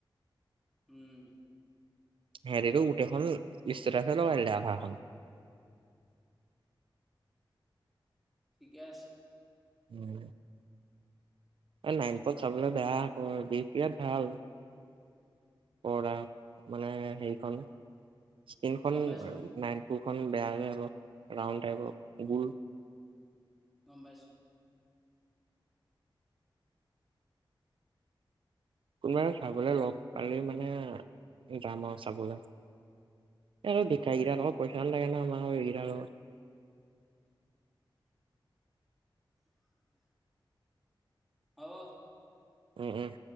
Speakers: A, in the centre; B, on the right.
A: উম।
B: হেৰিটো গোটেইখন ষ্টেটাছে লগাই দিলে আধাখন।
A: ঠিকে আছে।
B: উম। এ নাৰায়নপুৰত চাবলে বেয়া আকৌ, বিহপুৰীয়াত ভাল। পৰ্দা মানে হেৰিখন স্কিনখন
A: গম পাইছোঁ
B: নাৰায়নপুৰখন বেয়া যে অলপ, ৰাউন টাইপৰ, গুল।
A: গম পাইছোঁ।
B: কোনোবাই চাবলৈ লগ পালে মানে যাম আৰু চাবলৈ। এই আৰু ভিক্ষাৰীগিটাৰ লগত পইচাও নাথাকে নহয়, আমাৰ এইকেইটাৰ লগত।
A: হ'ব।
B: উম, উম।